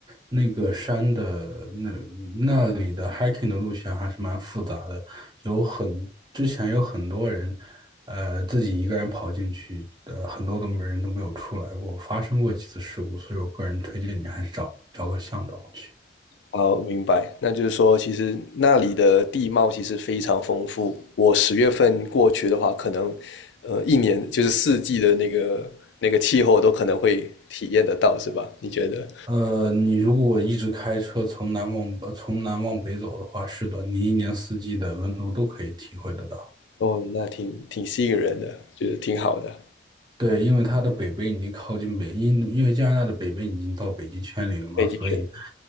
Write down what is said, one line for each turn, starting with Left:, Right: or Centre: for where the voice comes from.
Right: 那个山的那那里的 hiking 的路线还是蛮复杂的，有很之前有很多人，呃，自己一个人跑进去，呃，很多都没人都没有出来过，发生过几次事故，所以我个人推荐你还是找找个向导去。
Left: 哦，明白。那就是说，其实那里的地貌其实非常丰富。我十月份过去的话，可能呃一年就是四季的那个那个气候都可能会体验得到，是吧？你觉得？
Right: 呃，你如果一直开车从南往呃从南往北走的话，是的，你一年四季的温度都可以体会得到。
Left: 哦，那挺挺吸引人的，就是挺好的，
Right: 对，因为它的北边已经靠近北，因因为加拿大的北边已经到北极圈里了嘛，
Left: 北极圈。
Right: 所以